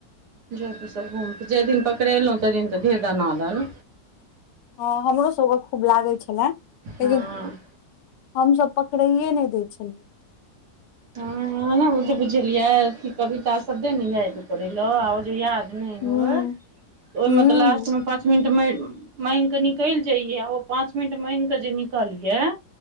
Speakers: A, on the right (about 65°); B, on the left (about 80°).
A: जाहि दिन पकड़ेलहु तहि दिन तऽ दे दना दन
B: हँ हमरो सबके खूब लागै छलए लेकिन
A: हँ
B: हमस पकड़ैे नहि दै छलै
A: ह ब बुझलिय कविता सबे ने याद करल याद ओहिम
B: हुँ हुँ
A: तऽ लास्ट मे पांच मिनट मांगगिके निकलि जाइय ओ पांच मिनट मांगगिक जे निकलिए